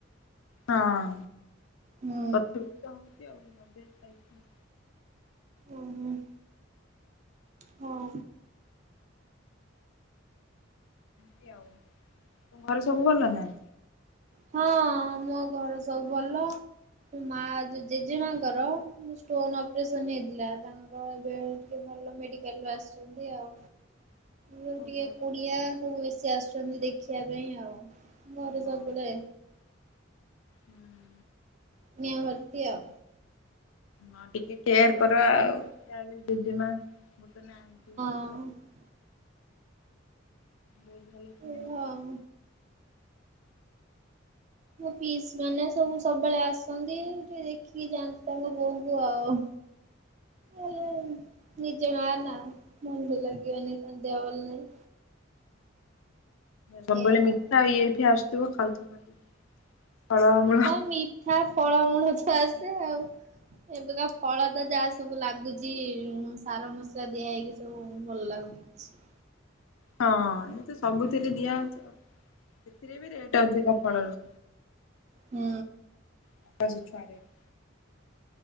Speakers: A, on the left; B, on the right.
A: ହଁଅ,
B: ହୁଁ।
A: କରିଥିବୁ ତ ଏମିତି, ଆଉ <unintelligible>
B: ଉଁ ହୁଁ। ହଁ।
A: ଏମିତି ଆଉ, ତମେ ଘରେ ସବୁ ଭଲ ନା?
B: ହଁ, ମୋ ଘରେ ସବୁ ଭଲ। ମୋ ମା, ଜେଜେମାଙ୍କର ଷ୍ଟୋନ୍ ଅପରେସନ୍ ହେଇଥିଲା, ତାଙ୍କ ହଁ ଏବେ ଟିକେ ଭଲ ମେଡିକାଲ ରୁ ଆସିଛନ୍ତି ଆଉ। ମୁଁ
A: ଓହୋ
B: ଟିକେ କୁଣିଆ ସବୁ ବେଶୀ ଆସୁଛନ୍ତି ଦେଖିବା ପାଇଁ ଆଉ। ମୋର
A: ଓହୋ
B: ସବୁବେଳେ
A: ହୁଁ
B: କୁଣିଆ ଭର୍ତ୍ତି ଆଉ।
A: ହଁ ଟିକେ କେୟାର କର ଆଉ। ଯାହା ହେଲେ ଜେଜେ ମୋର ତ ନାହାଁନ୍ତି।
B: ହଁ
A: ବହୁତ୍ ଭଲ <unintelligible>
B: ଏଇଆ ଆଉ। ମୋ ପିଇସ୍ ମାନେ ସବୁ ସବୁବେଳେ ଆସନ୍ତି ଟିକେ ଦେଖିକି ଯାଆନ୍ତି ତାଙ୍କ ବୋଉ ଙ୍କୁ ଆଉ। ହେଲେ ନିଜ ମା ନା, ମନ ଭଲ ଲାଗିବନି ତାଙ୍କ ଦେହ ଭଲ ନାହିଁ।
A: ସବୁବେଳେ
B: ଏଇଆ
A: ମିଠା
B: ଆଉ।
A: ଇଏ ଫିଏ ଆସୁଥିବ ଖାଉଥିବ ଖାଲି। ଫଳମୂଳ
B: ହଁ ମିଠା ଫଳମୂଳ ତ ଆସେ ଆଉ। ଏବେକା ଫଳ ତ ଯାହା ସବୁ ଲାଗୁଚି ସାର ମସଲା ଦିଆ ହେଇକି ସବୁ ଭଲ ଲାଗୁନି କିଛି।
A: ହଁ ଏବେ ତ ସବୁଥିରେ ଦିଆହେଉଚି ଆଉ। ସେଥିରେ ବି ରେଟ୍ ଅଧିକ ଫଳ ର।
B: ହୁଁ।
A: <unintelligible>